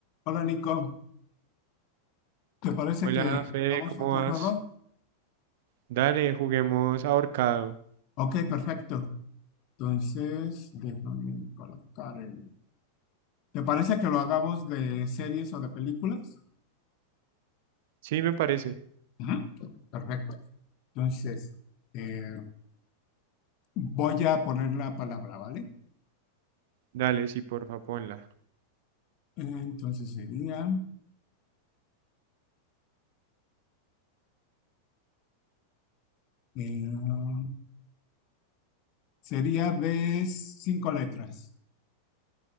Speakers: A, on the left; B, on the right.
A: Hola Nico, ¿te parece
B: Hola,
A: que
B: Fede,
A: hagamos
B: ¿cómo
A: otro
B: vas?
A: juego?
B: Dale, juguemos ahorcado.
A: Ok, perfecto. Entonces, déjame colocar el... ¿Te parece que lo hagamos de series o de películas?
B: Sí, me parece.
A: Ujú, Perfecto. Entonces, eh, voy a poner la palabra, ¿vale?
B: Dale, sí, porfa, ponla.
A: Entonces sería... eh, sería de cinco letras.